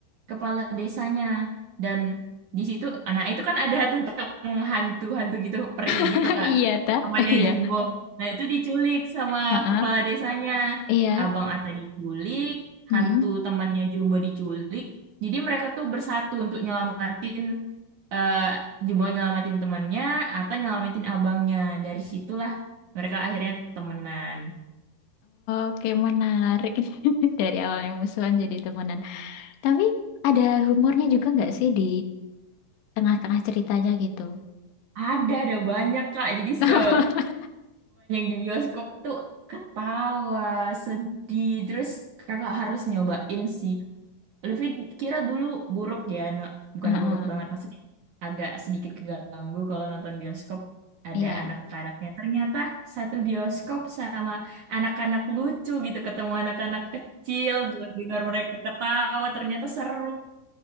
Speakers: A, on the right; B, on the left.
A: kepala desanya dan di situ anak itu kan ada tentang hantu-hantu gitu, peri
B: <laughs>
A: gitu Kak.
B: Iya, ta?
A: Temannya
B: <laughs> Iya.
A: Jumbo. Nah, itu diculik sama
B: Heeh.
A: kepala desanya.
B: Iya.
A: Abang Ata diculik,
B: Mm-mm.
A: hantu temannya Jumbo diculik. Jadi mereka tuh bersatu untuk nyelamatin eh Jumbo nyelamatin temannya, Ata nyelamatin abangnya. Dari situlah mereka akhirnya temenan.
B: Oke, menarik. <laughs> Dari awalnya musuhan jadi temenan. Tapi ada humornya juga nggak sih di tengah-tengah ceritanya gitu?
A: Ada, ada banyak, Kak. Jadi
B: <laughs>
A: sebanyak di bioskop tuh ketawa, sedih. Terus kakak harus nyobain sih. Lutfi kira dulu buruk ya, no- bukan
B: Heeh.
A: buruk banget maksudnya. Agak sedikit keganggu kalau nonton bioskop ada
B: Iya.
A: anak-anaknya. Ternyata satu bioskop sama anak-anak lucu gitu. Ketemu anak-anak kecil, dengar mereka ketawa. Ternyata seru.